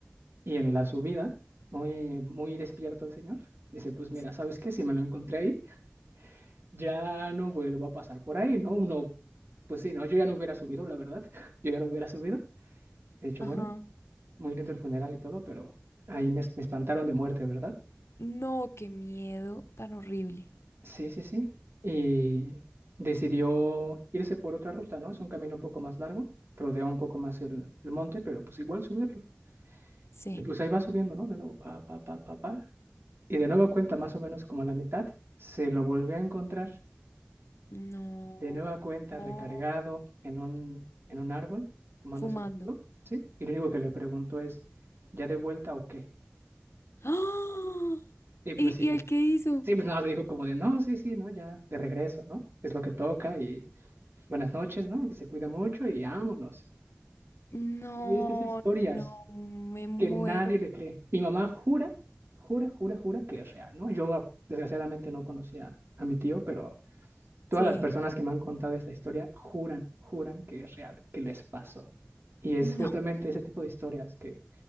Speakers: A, on the right; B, on the left.
A: y en la subida, muy, muy despierto el señor, dice, pues mira,
B: Sí.
A: ¿sabes qué? Si me lo encontré ahí, ya no vuelvo a pasar por ahí, ¿no? Uno, pues sí, ¿no? Yo ya no hubiera subido, la verdad, <laughs> yo ya no hubiera subido. He dicho,
B: Ajá.
A: bueno, muy lindo el funeral y todo, pero ahí me, me espantaron de muerte, ¿verdad?
B: No, qué miedo tan horrible.
A: Sí, sí, sí. Y decidió irse por otra ruta, ¿no? Es un camino un poco más largo, rodea un poco más el, el monte, pero pues igual subirlo.
B: Sí.
A: Y pues ahí va subiendo, ¿no? De nuevo, pa, pa, pa, pa, pa. Y de nueva cuenta, más o menos como a la mitad, se lo volvió a encontrar,
B: No.
A: de nueva cuenta,
B: No.
A: recargado en un, en un árbol, fumándose
B: Fumando.
A: el puro, ¿sí? Y lo único que le preguntó es, ¿ya de vuelta o qué?
B: ¡Ah!
A: Y pues
B: ¿Y,
A: sí,
B: y el qué hizo?
A: Sí, pues nada, más le dijo como de, no, sí, sí, no, ya, de regreso, ¿no? Es lo que toca y buenas noches, ¿no? Que se cuida mucho y vámonos.
B: No,
A: Y es de esas historias
B: no, me muero.
A: que nadie le cree. Mi mamá jura, jura, jura, jura que es real, ¿no? Yo ah, desgraciadamente no conocía a mi tío, pero todas
B: Sí,
A: las personas que me han contado esta historia juran, juran que es real, que les pasó. Y es
B: no,
A: justamente ese tipo de historias que,